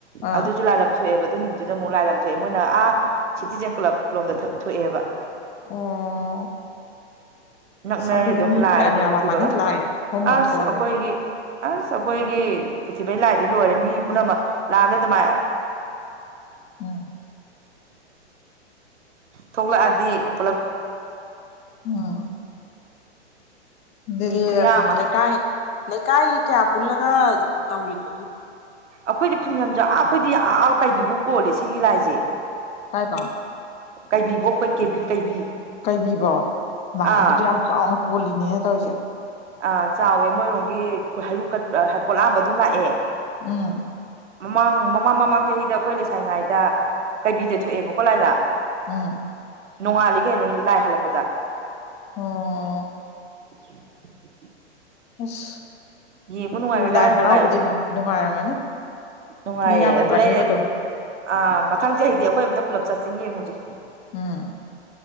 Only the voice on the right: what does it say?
ꯑꯗꯨꯁꯨ ꯂꯥꯏꯂꯝ ꯊꯣꯛꯑꯦꯕ ꯑꯗꯨ ꯅꯨꯃꯤꯠꯇꯨꯗ ꯑꯃꯨꯛ ꯂꯥꯏ ꯂ ꯊꯣꯛꯑꯦ ꯃꯣꯏꯅ ꯑꯥ ꯁꯤꯇꯤꯖꯦꯟ ꯀ꯭ꯂꯕ ꯂꯣꯝꯗ ꯊꯣꯛꯑꯦꯕ
ꯅꯛꯅꯔꯦ
ꯑꯗꯨꯝ
ꯂꯥꯛꯑꯦ
ꯄꯨꯊꯤꯕꯒ
ꯑꯁ
ꯑꯩꯈꯣꯏꯒꯤ ꯑꯁ ꯑꯩꯈꯣꯏꯒꯤ ꯈꯨꯊꯤꯕꯩ ꯂꯥꯏꯗꯤ ꯂꯣꯏꯔꯦ ꯃꯤ ꯄꯨꯝꯅꯃꯛ ꯂꯥꯟꯗ ꯑꯗꯨꯃꯥꯏ
ꯊꯣꯛꯂꯛꯑꯗꯤ ꯄꯨꯂꯞ
ꯃꯤ ꯈꯨꯌꯥꯝ ꯑꯃꯅꯦ
ꯑꯩꯈꯣꯏꯗꯤ ꯈꯨꯟꯖꯥ ꯑꯩꯈꯣꯏꯗꯤ ꯑꯥ ꯀꯩꯕꯤꯕꯛ ꯀꯣꯜꯂꯦ ꯁꯤꯒꯤ ꯂꯥꯏꯁꯦ
ꯀꯩꯕꯤꯕꯣꯛ ꯀꯩ ꯀꯦꯕꯤ ꯀꯩꯕꯤ
ꯑꯥ
ꯑ ꯆꯥꯎꯋꯦ ꯃꯣꯏꯔꯣꯝꯒꯤ ꯍꯩꯔꯨꯛ ꯀꯠꯄ ꯄꯣꯠꯂꯥꯟꯕ ꯑꯗꯨꯝ ꯂꯥꯛꯑꯦ
ꯃꯃꯥꯡ ꯃꯃꯥꯡ ꯃꯃꯥꯡ ꯆꯍꯤꯗ ꯑꯩꯈꯣꯏ ꯂꯩꯁꯥꯔꯤꯉꯥꯏꯗ ꯀꯩꯕꯤꯗ ꯊꯣꯛꯑꯦꯕꯀꯣ ꯂꯥꯏ ꯂꯝ
ꯅꯣꯡꯉꯥꯜꯂꯤ ꯀꯩꯅꯣ ꯂꯥꯏ ꯍꯜꯂꯛꯄꯗ
<unintelligible> <inaudible>
ꯌꯦꯡꯕ ꯅꯨꯡꯉꯥꯏꯒ꯭ꯔꯖꯥꯠꯅꯤ
ꯗꯣꯂꯥꯏ ꯑꯍꯨꯝꯗ
ꯅꯨꯡꯉꯥꯏꯌꯦ
ꯑꯗꯨꯅ ꯑꯩ
ꯑꯥ ꯃꯊꯪ ꯆꯍꯤꯗꯤ ꯑꯩꯈꯣꯏ ꯑꯝꯇ ꯄꯨꯂꯞ ꯆꯠꯁꯤ ꯌꯦꯡꯉꯨꯁꯦ